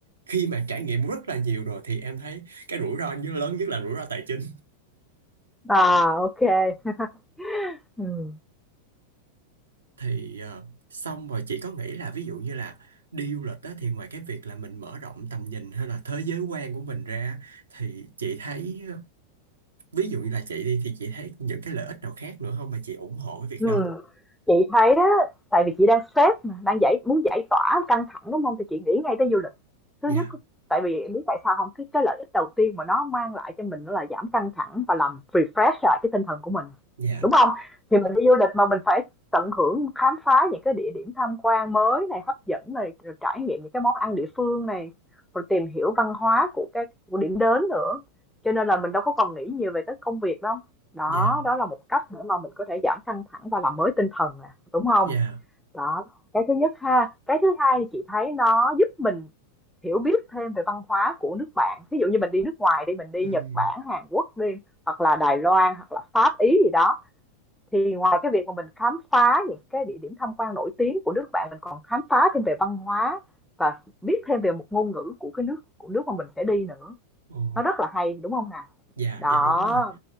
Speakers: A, on the right; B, in the centre.
A: khi mà trải nghiệm rất là nhiều rồi thì em thấy cái rủi ro như lớn nhất là rủi ro tài chính
B: à, OK. <laughs> Ừm.
A: thì ờ, xong rồi chị có nghĩ là ví dụ như là đi du lịch đó thì ngoài cái việc là mình mở rộng tầm nhìn hay là thế giới quan của mình ra thì chị thấy ví dụ như là chị đi thì chị thấy những cái lợi ích nào khác nữa không mà chị ủng hộ cái việc
B: Ừm,
A: đó
B: chị thấy á, tại vì chị đang stress mà, đang giải muốn giải tỏa căng thẳng đúng không? Thì chị nghĩ ngay tới du lịch. Thứ
A: dạ
B: nhất, tại vì em biết tại sao không? Cái cái lợi ích đầu tiên mà nó mang lại cho mình đó là giảm căng thẳng và làm refresh lại cái tinh thần của mình,
A: dạ
B: đúng không? Thì mình đi du lịch mà mình phải tận hưởng khám phá những cái địa điểm tham quan mới này, hấp dẫn này, rồi trải nghiệm những cái món ăn địa phương này, rồi tìm hiểu văn hóa của cái của điểm đến nữa. Cho nên là mình đâu có còn nghĩ nhiều về cái công việc đâu. Đó,
A: dạ
B: đó là một cách để mà mình có thể giảm căng thẳng và làm mới tinh thần nè, đúng không
A: dạ
B: Đó, cái thứ nhất ha. Cái thứ hai thì chị thấy nó giúp mình hiểu biết thêm về văn hóa của nước bạn. ví dụ như mình đi nước ngoài đi, mình đi
A: Ừm,
B: Nhật Bản, Hàn Quốc đi, hoặc là Đài Loan, hoặc là Pháp, Ý gì đó, thì ngoài cái việc mà mình khám phá những cái địa điểm tham quan nổi tiếng của nước bạn, mình còn khám phá thêm về văn hóa và biết thêm về một ngôn ngữ của cái nước của nước mà mình sẽ đi nữa.
A: ồ
B: Nó rất là hay, đúng không nào
A: dạ
B: Đó.
A: dạ đúng rồi